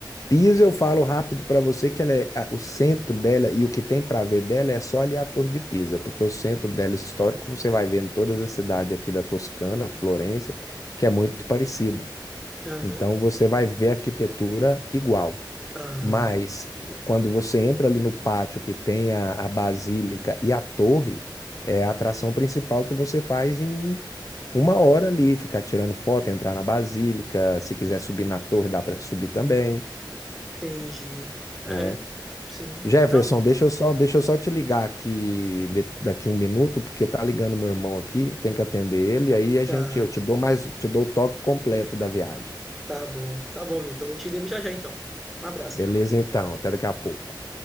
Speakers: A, on the left (about 45°); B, in the centre.
A: Pisa eu falo rápido para você que ela é, a- o centro dela e o que tem para ver dela é só ali a Torre de Pisa, porque o centro dela histórico você vai vendo todas as cidades aqui da Toscana, Florença, que é muito parecido.
B: Aham.
A: Então você vai ver arquitetura igual.
B: Ah,
A: Mas quando você entra ali no pátio que tem a, a basílica e a torre, é a atração principal que você faz em uma hora ali, ficar tirando foto, entrar na basílica, se quiser subir na torre, dá para subir também,
B: entendi. É,
A: né?
B: sim.
A: Jefferson,
B: Não,
A: deixa eu só, deixa eu só te ligar aqui de- daqui um minuto, porque tá ligando meu irmão aqui, eu tenho que atender ele, aí a
B: tá.
A: gente, eu te dou mais, te dou o toque completo da viagem.
B: Tá bom. Tá bom, Vitor. Eu te ligo já já então. Um abraço.
A: Beleza, então, até daqui a pouco.